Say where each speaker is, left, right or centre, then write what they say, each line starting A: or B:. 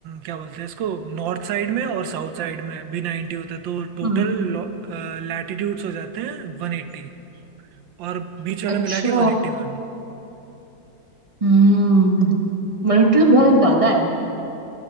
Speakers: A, on the right; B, on the right.
A: क्या बोलते हैं इसको नॉर्थ साइड में और साउथ साइड में भी नाइन्टी होता है तो टोटल
B: हम्म,
A: लैटिट्यूड्स हो जाते हैं वन एट्टी और बीच वाला
B: अच्छा
A: मिला के वन एट्टी वन
B: हम्म मल्टी
A: हाँ
B: तो बहुत ज्यादा है